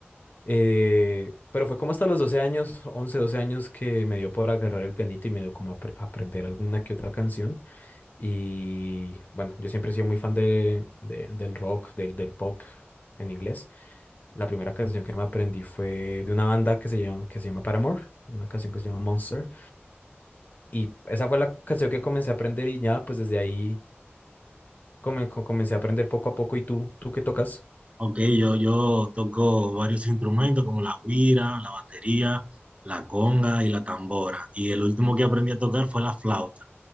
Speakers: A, on the left (about 40°); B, on the right (about 30°).
A: Eh, pero fue como hasta los 12 años, 11 12 años que me dio por agarrar el pianito y me dio como a apre- aprender alguna que otra canción. Y bueno, yo siempre he sido muy fan de, de- del rock, del, del pop en inglés. La primera canción que me aprendí fue de una banda que se llama, que se llama Paramore, una canción que se llama Monster. Y esa fue la canción que comencé a aprender y ya, pues desde ahí come- co- comencé a aprender poco a poco. ¿Y tú, tú qué tocas?
B: Ok, yo, yo toco varios instrumentos como la güira, la batería, la conga y la tambora. Y el último que aprendí a tocar fue la flauta.